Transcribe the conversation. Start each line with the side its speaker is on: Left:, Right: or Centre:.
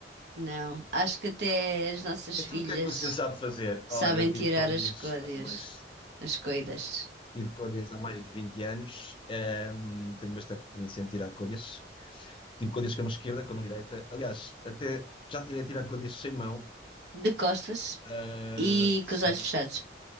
Right: não. Acho que até as nossas
Left: Então
Right: filhas
Left: o que é que o senhor sabe fazer?
Right: sabem
Left: Olha, eu tiro
Right: tirar
Left: códias
Right: as códias,
Left: há mais,
Right: as coidas.
Left: tiro códias há mais de 20 anos. Eh, hum, tenho bastante experiência em tirar códias. Tiro códias com a mão esquerda, com a mão direita. Aliás, até já tirei a tirar códias sem mão.
Right: De costas.
Left: eh,
Right: E
Left: sim.
Right: com os olhos fechados.